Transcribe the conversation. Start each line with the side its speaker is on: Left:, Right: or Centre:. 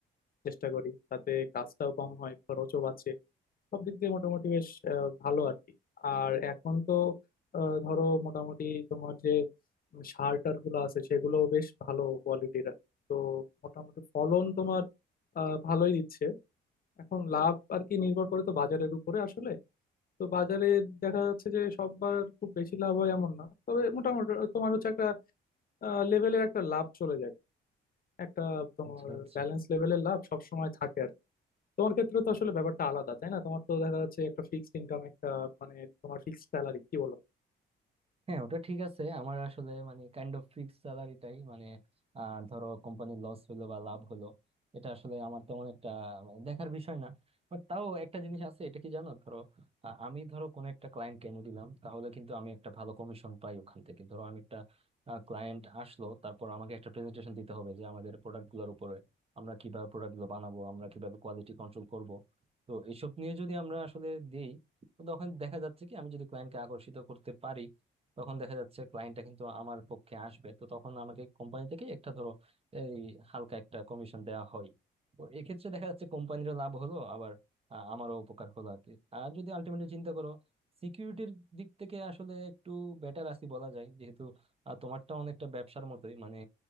Left: চেষ্টা করি তাতে কাজটাও কম হয় খরচও বাঁচে সব দিক দিয়ে মোটামুটি বেশ আহ, ভালো আর কি আর এখন তো আহ, ধরো মোটামুটি তোমার যে সার টার গুলো আছে সেগুলো বেশ ভালো কোয়ালিটির তো মোটামুটি ফলন তোমার আহ, ভালোই দিচ্ছে এখন লাভ আর কি নির্ভর করে তো বাজারের উপরে আসলে তো বাজারে দেখা যাচ্ছে যে সববার খুব বেশি লাভ হয় এমন না তবে মোটামুটি তোমার হচ্ছে একটা লেভেলের একটা লাভ চলে যায় একটা তোমার
Right: আচ্ছা আচ্ছা
Left: ব্যালেন্স লেভেলের লাভ সবসময় থাকে আর কি। তোমার ক্ষেত্রে তো আসলে ব্যাপারটা আলাদা তাই না তোমার তো দেখা যাচ্ছে একটা ফিক্সড ইনকাম একটা মানে তোমার ফিক্সড স্যালারি কি বলো
Right: হ্যাঁ ওটা ঠিক আছে আমার আসলে মানে কাইন্ড অফ ফিক্স স্যালারিটাই মানে আহ, ধরো কোম্পানি লস হলো বা লাভ হলো এটা আসলে আমার তেমন একটা মানে দেখার বিষয় না বাট তাও একটা জিনিস আছে এটা কি জানো ধরো আহ, আমি ধরো কোন একটা ক্লায়েন্ট কেনে দিলাম তাহলে কিন্তু আমি একটা ভালো কমিশন পাই ওখান থেকে ধরো আমি একটা ক্লায়েন্ট আসলো তারপর আমাকে একটা প্রেজেন্টেশন দিতে হবে যে আমাদের প্রোডাক্টগুলোর উপরে আমরা কিভাবে প্রোডাক্টগুলো বানাবো আমরা কিভাবে কোয়ালিটি কন্ট্রোল করব তো এইসব নিয়ে যদি আমরা আসলে দেই তো তখন দেখা যাচ্ছে কি আমি যদি ক্লায়েন্টকে আকর্ষিত করতে পারি তখন দেখা যাচ্ছে ক্লায়েন্টটা কিন্তু আমার পক্ষে আসবে তো তখন আমাকে কোম্পানি থেকে একটা ধরো এই হালকা একটা কমিশন দেওয়া হয় তো এক্ষেত্রে দেখা যাচ্ছে কোম্পানিরও লাভ হলো আবার আ, আমারও উপকার হলো আর কি আর যদি আলটিমেটলি চিন্তা করো সিকিউরিটির দিক থেকে আসলে একটু বেটার আছি বলা যায় যেহেতু আ, তোমারটা অনেকটা ব্যবসার মতোই মানে